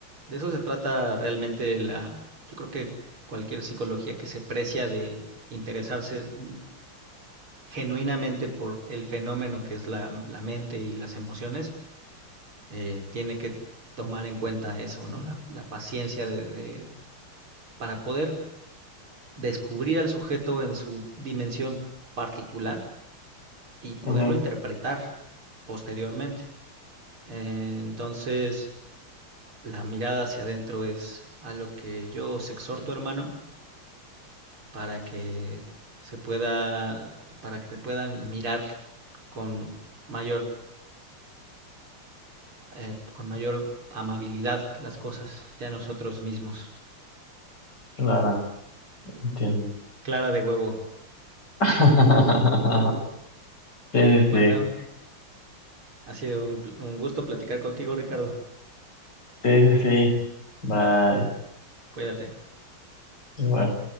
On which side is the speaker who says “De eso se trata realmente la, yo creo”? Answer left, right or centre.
Right